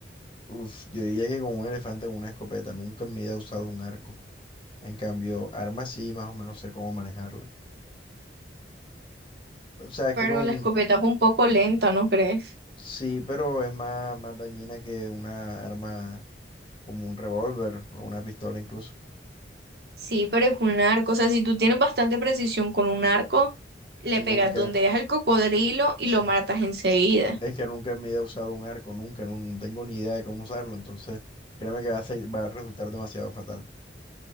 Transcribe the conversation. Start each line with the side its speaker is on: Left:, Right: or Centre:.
Left: Uf, yo diría que con un elefante con una escopeta nunca en mi vida he usado un arco. En cambio, armas sí, más o menos sé cómo manejarla. O sea, es
Right: Pero
Left: que con...
Right: la escopeta es un poco lenta, ¿no crees?
Left: Sí, pero es más, más dañina que una arma como un revólver o una pistola incluso.
Right: Sí, pero es un arco. O sea, si tú tienes bastante precisión con un arco, le
Left: Nunca.
Right: pegas donde es el cocodrilo y
Left: Sí.
Right: lo matas enseguida.
Left: Es que nunca en mi vida he usado un arco, nunca, no, no tengo ni idea de cómo usarlo, entonces créeme que va a ser- va a resultar demasiado fatal.